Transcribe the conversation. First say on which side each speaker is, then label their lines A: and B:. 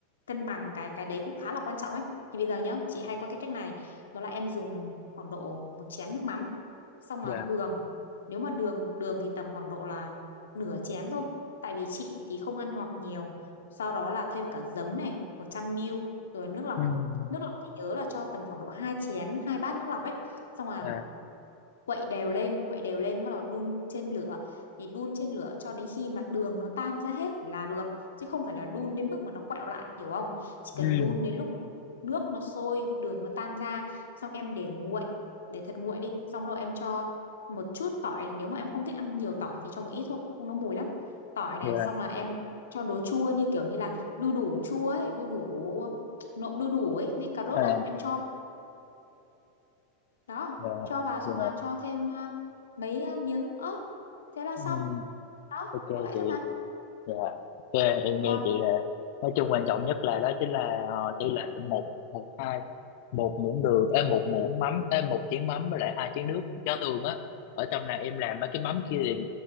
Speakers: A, on the left; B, on the left.
A: cân bằng cái cái đấy cũng khá là quan trọng ấy thì bây giờ nhá chị hay có cái cách này đó là em dùng khoảng độ một chén nước mắm xong
B: dạ
A: mà đường nếu mà đường đường thì tầm khoảng độ là nửa chén thôi tại vì chị thì không ăn ngọt nhiều sau đó là thêm cả giấm này 100 ml rồi nước lọc
B: ừ
A: nước lọc thì nhớ là cho tầm khoảng độ 2 chén hai bát nước lọc ấy xong là
B: dạ
A: quậy đều lên quậy đều lên bắt đầu đun trên lửa thì đun trên lửa cho đến khi mà đường nó tan ra hết là được chứ không phải là đun đến mức mà nó quẹo lại hiểu không chỉ cần
B: ừ
A: đun đến lúc mà nước nó sôi đường nó tan ra xong em để nguội để thật nguội đi xong rồi em cho một chút tỏi nếu mà em không thích ăn nhiều tỏi thì cho một ít thôi không nó mùi lắm tỏi này
B: dạ
A: xong là em cho đồ chua như kiểu như là đu đủ chua ấy đu đủ nộm đu đủ ấy với cà rốt
B: à
A: à em cho đó
B: dạ
A: cho vào xong
B: dạ
A: là cho thêm à, mấy à, miếng ớt thế là xong
B: ừ
A: đó
B: ok
A: có vậy
B: chị
A: thôi mà
B: Dạ, ok, em nghe
A: còn
B: chị là nói chung quan trọng nhất là đó chính là ờ, tỷ lệ một một hai một muỗng đường em một muỗng mắm em một chén mắm với lại hai chén nước cho thường á ở trong này em làm mấy cái mắm kia thì